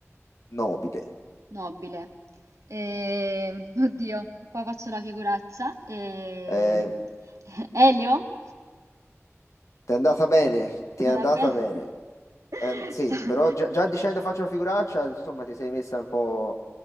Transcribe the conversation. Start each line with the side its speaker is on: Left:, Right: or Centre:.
Left: Nobile.
Right: nobile? Eh, oddio, qua faccio la figuraccia. Eh,
Left: Eh,
Right: <laughs> Elio?
Left: Ti è andata bene, ti è
Right: Va
Left: andata
Right: bene.
Left: bene.
Right: <laughs>
Left: Eh, sì,
Right: Sta-
Left: però già, già dicendo faccio una figuraccia, insomma, ti sei messa un po',